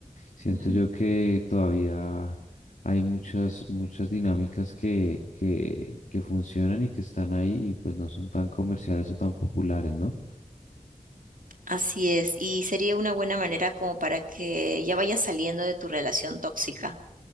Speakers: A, on the left; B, on the right.
A: siento
B: Ujú.
A: yo que todavía hay muchas, muchas dinámicas que, que, que funcionan y que están ahí y pues no son tan comerciales o tan populares, ¿no?
B: Así es, y sería una buena manera como para que ya vayas saliendo de tu relación tóxica